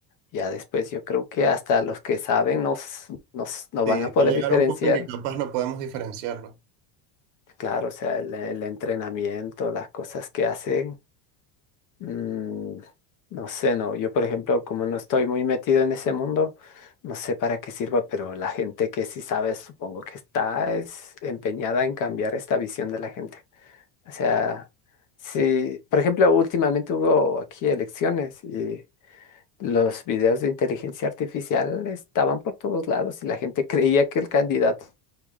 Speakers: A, on the left (about 40°); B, on the right (about 80°).
A: Ya después yo creo que hasta los que saben nos, nos, no
B: Sí,
A: van a poder
B: va a llegar
A: diferenciar.
B: un punto en que capaz no podemos diferenciarlo.
A: Claro, o sea, el, el entrenamiento, las cosas que hacen, mm, no sé, no, yo por ejemplo, como no estoy muy metido en ese mundo, no sé para qué sirva, pero la gente que sí sabe, supongo que está es empeñada en cambiar esta visión de la gente. O sea, sí, por ejemplo, últimamente hubo aquí elecciones y los videos de inteligencia artificial estaban por todos lados y la gente creía que el candidato,